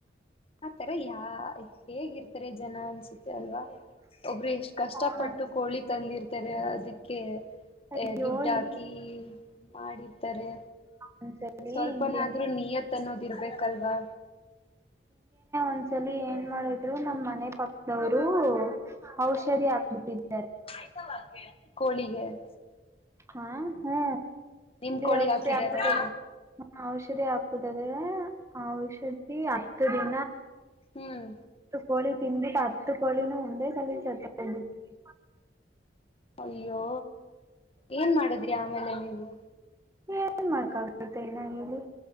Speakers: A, on the left; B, on the right.
A: ತರ ಯಾ ಹೇಗಿರ್ ಜನ ಅನ್ಸುತ್ತೆ ಅಲ್ವಾ ಒಬ್ರು ಎಷ್ಟ್ ಕಷ್ಟಪಟ್ಟು
B: ಹ
A: ಕೋಳಿ ತಂದಿರ್ತ ಅದಕ್ಕೆ
B: ಅಯ್ಯೋ
A: ದುಡ್ಡು
B: ಇ
A: ಹಾಕಿ ಮಾಡರ್ತಾರೆ
B: ಒಂದ್ಸಲಿ
A: ಸ್ವಲ್ಪನಾದ್ರರು
B: ಹಿಂಗೇನೆ
A: ನಿಯತ್ ಅನ್ನೋದಿರ್ಬೇಕಲ್ವಾ
B: ಒಂದ್ಸಲ ಏನ್ ಮಾಡಿದ್ರು ನಮ್ಮ್ ಮನೆ ಪಕ್ಕದವರು ಔಷಧಿ ಹಾಕ್ಬಿಟ್ಟಿದ್ರು
A: ಆಯ್ತ ಕೋಳಿಗೆ ಹ
B: ಹಾ ಹ್ಮ್
A: ನಿಮ್ ಕೋಳಿ
B: ಔಷಧಿ
A: ಹಾಕಿದಾರಾ
B: ಹಾಕ್ಬಿಟ್ಟಿದ ಔಷಧಿ ಹಾಕ್ಬಿಟ್ಟದೆ ಓಂ ಔಷಧಿ <unintelligible>
A: ಹ್ಮ್
B: ಕೋಳಿ ತಿನ್ಬಿಟ್ಟು ಹತ್ತು ಕೋಳಿನೂ ಒಂದೇ ಸಲಿನ ಸತ್ ಬಿಟ್ಟಿದ್ದು.
A: ಅಯ್ಯೋ ಏನ್ ಮಾಡದ್ರಿ ಆಮೇಲೆ ನೀವು
B: ಏನ್ ಮಾಡಕಾಗುತ್ತೆ ಅ ಹೇಳಿ